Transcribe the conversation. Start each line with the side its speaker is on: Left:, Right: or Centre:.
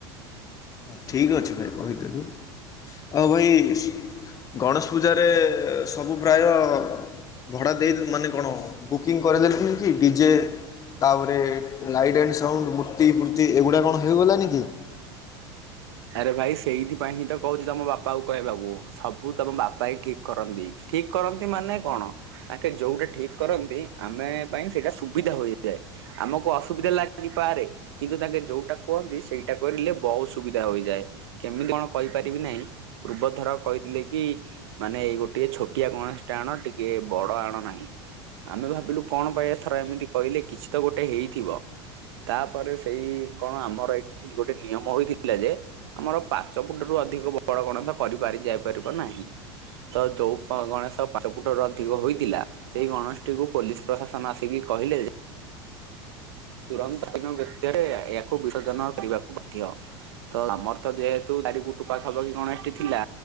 Left: ହଁ ଠିକ୍ ଅଛି ଭାଇ କହିଦେବୁ ଆଉ ଭାଇ ଗଣେଶ ପୂଜାରେ ସବୁ ପ୍ରାୟ ଭଡ଼ା ଦେଇ ମାନେ କଣ ବୁକିଂ କରିଦେଲେଣି କି ଡିଜେ ତାପରେ ଲାଇଟ୍ ଆଣ୍ଡ ସାଉଣ୍ଡ ମୂର୍ତ୍ତି ଫୁର୍ତ୍ତି ଏଗୁଡ଼ା କଣ ହେଇଗଲାନି କି?
Right: ଆରେ ଭାଇ ସେଇଥିପାଇଁ ହିଁ ତ କହୁଛି ତମ ବାପା ଙ୍କୁ କହିବାକୁ। ସବୁ ତମ ବାପା ହଁ ଠିକ କରନ୍ତି ଠିକ କରନ୍ତି ମାନେ କଣ ଆଖେ ଯୋଉଟା ଠିକ କରନ୍ତି ଆମେ ପାଇଁ ସେଇଟା ସୁବିଧା ହୋଇଯାଏ। ଆମକୁ ଅସୁବିଧା ଲାଗିପାରେ କିନ୍ତୁ ତାଙ୍କେ ଯୋଉଟା କୁହନ୍ତି ସେଇଟା କରିଲେ ବହୁତ ସୁବିଧା ହୋଇଯାଏ କେମିତି କଣ କହିପାରିବି ନାହିଁ ପୂର୍ବଥର କହିଥିଲେ କି ମାନେ ଏଇ ଗୋଟେ ଛୋଟିଆ ଗଣେଶ ଟେ ଆଣ ଟିକେ ବଡ ଆଣ ନାହିଁ। ଆମେ ଭାବିଲୁ କଣ ପାଇଁଏଥର ଏମିତି କହିଲେ କିଛି ତ ଗୋଟେ ହେଇଥିବ। ତାପରେ ସେଇ କଣ ଆମର ଏଇଠି ଗୋଟେ ନିୟମ ହେଇଥିଲା ଯେ ଆମର ପାଞ୍ଚ ଫୁଟ ରୁ ଅଧିକ ବଡ ଗଣେଷ କରିପାରି ଯାଇ ପାରିବ ନାହିଁ। ତ ଯୋଉ ଗଣେଶ ପାଞ୍ଚ ଫୁଟରୁ ଅଧିକ ହୋଇଥିଲା ସେଇ ଗଣେଶଟିକୁ ପୋଲିସ ପ୍ରଶାସନ ଆସିକି କହିଲେ ଯେ ତୁରନ୍ତ ଦିନ ଭିତରେ ଏହାକୁ ବିସର୍ଜନ କରିବାକୁ ବା ଧ୍ୟ ତ ଆମର ତ ଯେହେତୁ ଚାରି ପୁଟୁ ପାଖ ପାଖି ଗଣେଶଟି ଥିଲା।